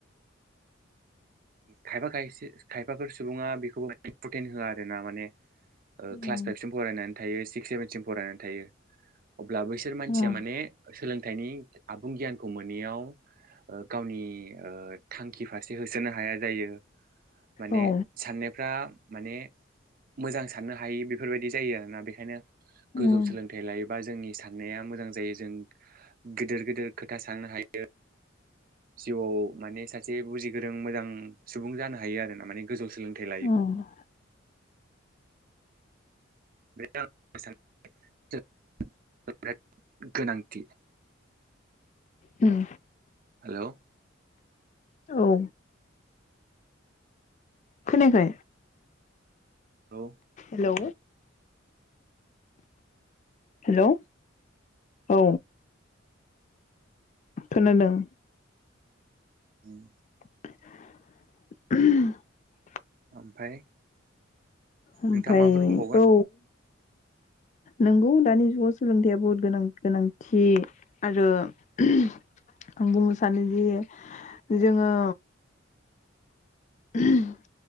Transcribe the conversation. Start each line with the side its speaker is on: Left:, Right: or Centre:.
Right: खायफा खायसे खायफाफोर सुबुङा बेखौबो इम्परटेन्ट होआ आरो ना माने ओ
Left: उम
Right: क्लास फाइभसिम फरायना थायो सिक्स सेभेनसिम फरायनानै थायो। अब्ला बैसोर मानसिया
Left: उम
Right: माने सोलोंथाइनि आबुं गियानखौ मोनैयाव ओ गावनि ओ थांखि फारसे हो सोनो हाया जायो। माने
Left: औ
Right: साननायफ्रा माने मोजां साननो हायि बेफोरबायदि जायो आरोना। बेखायनो
Left: उम
Right: गोजौ सोलोंथाइ लायो बा जोंनि साननाया मोजां जायो जों गिदिर गिदिर खोथा साननो हायो। जिउआव माने सासे बुजि गोरों मोजां सुबुं जानो हायो आरो ना माने गोजौ सोलोंथाइ लायो
Left: उम
Right: <unintelligible>
Left: उम
Right: हेलौ
Left: औ खोनायाखै?
Right: औ
Left: हेलौ हेलौ औ खोनादों
Right: ओं
Left: <unintelligible>
Right: ओमफ्राय
Left: ओमफ्राय
Right: नोंथाङा माबाफोर बुंबावगोन
Left: औ नोंगौ दानि जुगाव सोलोंथाइया बहुत गोनां गोनांथि आरो आं बुंनो सानोदि जोङो उम